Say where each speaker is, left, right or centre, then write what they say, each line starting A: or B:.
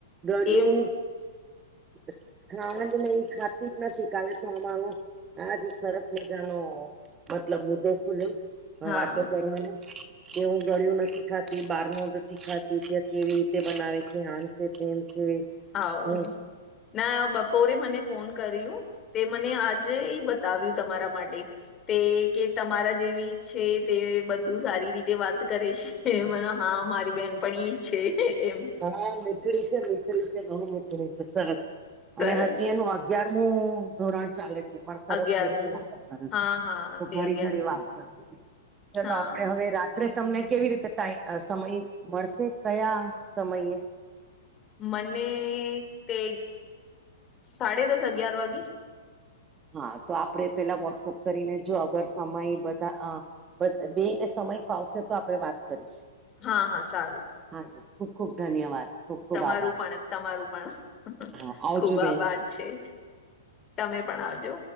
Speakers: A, on the right; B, on the left.
A: ગળ્યું
B: એમ
A: સ ખાન્ડને ઈ ખાતી જ નથી કાલે તો અમાવો આજ સરસ મજાનો મતલબ મુદ્દો ખુલ્યો. હ
B: હા
A: વાતો કરવાનો કે હું ગળ્યું નથી ખા કંઈ બારનુ નથી ખાતી ત્યાં કેવી રીતે બનાવે છે, આમ છે તેમ છે.
B: હા ઉ
A: હમ
B: ના બપોરે મને ફોન કર્યું તે મને આજેય બતાવ્યું તમારા માટે. તે કે તમારા જેવી છે તે બધું સારી રીતે વાત કરે છે. એ મને હા મારી બહેનપણી છે. એમ
A: હા મીઠડી છે મીઠડી છે ઘણું મીઠડી છે સરસ
B: સરસ
A: અને હજી એનું અગિયારમું ધોરણ ચાલે છે. પણ સરસ
B: અગિયારમું
A: મેઠી વાતો કરે
B: હા
A: છે
B: હા
A: તો
B: તે
A: ઘડી
B: અગિયારમું
A: ઘડી વાત કરતી તી. ચાલો
B: હા
A: આપડે હવે રા ત્રે તમને કેવી રીતે ટાઈ સમય મળશે કયા સમયે?
B: મને તે સાડે દસ અગિયાર વાગી.
A: હા તો આપડે પેહલા વોટ્સઅપ કરીને જો અગર સમય બધા અ બેયને સમય ફાવશે તો આપણે વાત કરીશું.
B: હા હા સારું.
A: હા જી ખૂબ ખૂબ ધન્યવાદ. ખુબ ખુબ
B: તમારું
A: આભાર
B: પણ તમારું પણ
A: હા આવજો
B: ખુબ
A: બેન.
B: આભાર. છે તમે પણ આવજો.